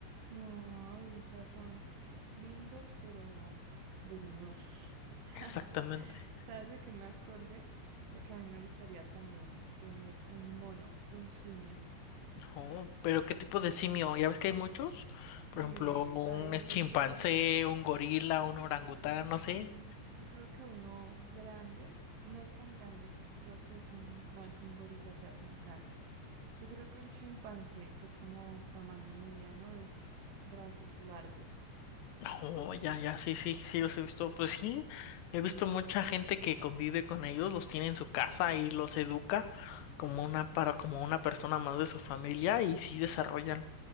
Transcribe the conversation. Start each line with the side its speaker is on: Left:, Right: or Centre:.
Right: No, o sea, son lindos, pero venenosos. <laughs>
Left: Exactamente.
Right: ¿Sabes de qué me acordé? De que a mí me gustaría también tener un mono, un simio.
Left: No, pero ¿qué tipo de simio? Ya ves que hay muchos,
Right: Sí,
Left: por ejemplo, un
Right: hay uno,
Left: chimpancé,
Right: pero ju-
Left: un gorila, un orangután,
Right: mm,
Left: no sé.
Right: yo creo que uno grande, no es tan grande, creo que es un, no, es que un gorila ya es muy grande. Yo creo que un chimpancé, que es como tamaño mediano de brazos largos.
Left: Oh, ya, ya, sí, sí, sí, los he visto. Pues sí, he visto mucha gente que convive con ellos, los tiene en su casa y los educa como una, para, como una persona más de su familia y sí desarrollan